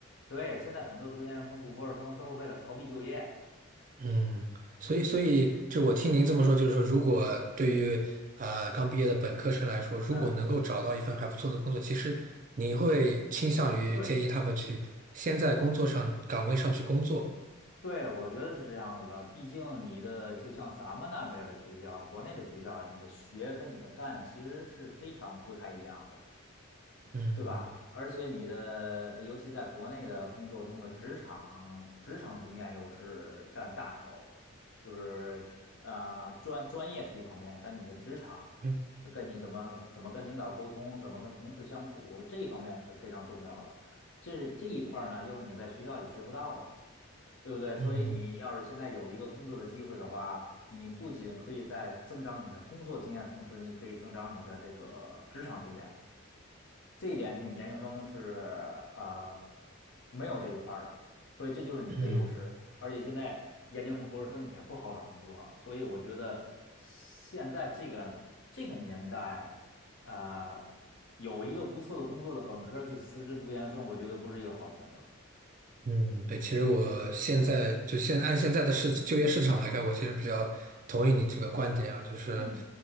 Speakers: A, on the left; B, on the right.
A: 对，现在很多读研究生、读博士生都是为了逃避就业。
B: 嗯，所以，所以就我听您这么说，就是说，如果对于呃刚毕业的本科生来说，如果能够找到一份还不错的工作，
A: 嗯，
B: 其实你会倾向于建议他们去先在工作上岗位上去工作。
A: 对，对，我觉得是这样子的。毕竟你的就像咱们那边儿的学校，国内的学校，你的学跟你的干其实是非常不太一样的。
B: 嗯
A: 对吧？而且你的，尤其在国内的工作中的职场职场经验又是占大头儿，就是啊、呃专专业是一方面，但你的职场
B: 嗯
A: 跟你怎么怎么跟领导沟通，怎么跟同事相处，这一方面是非常重要的。这是这一块儿呢，又是你在学校里学不到的，对不对？所以你要是现在有一个工作的机会的话，
B: 嗯
A: 你不仅可以在增长你的工作经验，同时你可以增长你的这个职场经验。这一点是你研究生是呃没有这一块儿的，所以这就是你的优势。
B: 嗯。
A: 而且现在研究生、博士生也不好找工作，所以我觉得现在这个这个年代，呃，有一个不错的工作的本科儿去辞职读研究生，我觉得不是一个好的选择。
B: 嗯，对，其实我现在就现按现在的市就业市场来看，我其实比较同意你这个观点啊，就是
A: 嗯